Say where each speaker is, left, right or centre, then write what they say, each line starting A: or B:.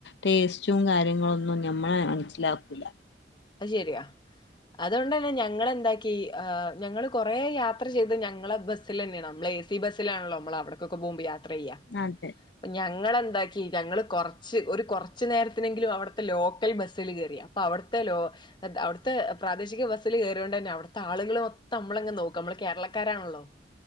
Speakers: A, on the left; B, on the left.
A: ടേസ്റ്റും കാര്യങ്ങളൊന്നും ഞമ്മള് മനസ്സിലാക്കൂല
B: അയ്ശെരിയ അതോണ്ടെന്നെ ഞങ്ങളെന്താക്കി ആ ഞങ്ങള് കൊറെ യാത്ര ചെയ്ത് ഞങ്ങളെ ബസ് സിലെന്നെ നമ്മളെ ഏ സി ബസ്സിലാണല്ലോ നമ്മൾ അവിടക്കൊക്കെ പോകുമ്പോ യാത്രയ്യാ
A: അതെ
B: പ്പ ഞങ്ങളെന്താക്കി ഞങ്ങള് കൊർച്ച് ഒരു കൊർച്ച് നേരത്തിനെങ്കിലു അവടത്തെ ലോക്കൽ ബസ്സിൽ കേറി അപ്പ അവ ത്തെ ലോ ത്ത അവ്ട്ത്തെ പ്രാദേശിക ബസ്സില് കേറിയോണ്ടെന്നെ അവ്ട്ത്തെ ആള്കള് മൊത്തം നമ്മളങ നോക്കും നമ്മള് കേരളക്കാരാണല്ലോ ആഹ്.